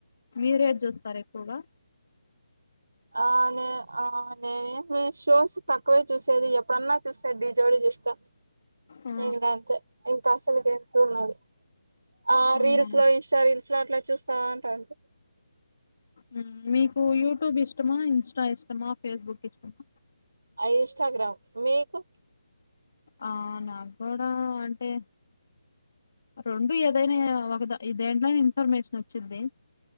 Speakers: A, on the left; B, on the right.
A: మీరేది చూస్తారు ఎక్కువగా.
B: ఆ నే ఆ నేను మీ షోస్ తక్కువే చూసేది ఎప్పుడన్నా చూస్తే డీ జోడి చూస్తా.
A: ఆ,
B: ఇంగా అంతే ఇంకా అసలు గ ఎట్లు ఉన్నాలి ఆ
A: ఆహా.
B: రీల్స్ లో, ఇన్స్టారీల్స్లో అట్లా చూస్తా ఉంట అంతే.
A: మ్, మీకు యూట్యూబ్ ఇష్టమా, ఇన్స్టా ఇష్టమా, ఫేస్బుక్ ఇష్టమా.
B: ఇన్స్టాగ్రామ్ మీకు
A: ఆ నాకు కూడా అంటే రొండు ఏదైనా ఒక ఇ దేంట్లోనా ఇన్ఫర్మేషన్ వచ్చిద్ది.